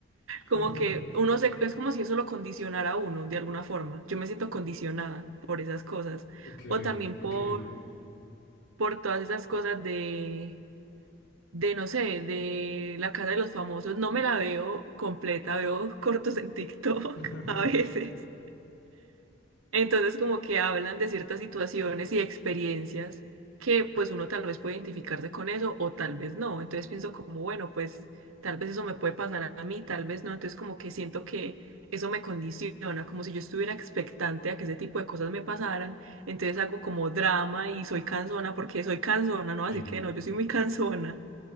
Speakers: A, on the right; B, on the left.
A: Como
B: <laughs>
A: que uno se, es como si eso lo condicionara a uno de alguna forma. Yo me siento condicionada por esas cosas.
B: Ok,
A: O también por,
B: ok.
A: por todas esas cosas de, de, no sé, de la casa de los famosos. No me la veo completa, veo <laughs> cortos en TikTok
B: <laughs>
A: <laughs> a veces. Entonces como que hablan de ciertas situaciones y experiencias que pues uno tal vez puede identificarse con eso o tal vez no. Entonces pienso como, bueno, pues tal vez eso me puede pasar a mí, tal vez no. Entonces como que siento que eso me condiciona, como si yo estuviera expectante a que ese tipo de cosas me pasaran. Entonces hago como drama y soy cansona porque soy cansona, no voy
B: Sí,
A: a decir que no, yo soy muy cansona.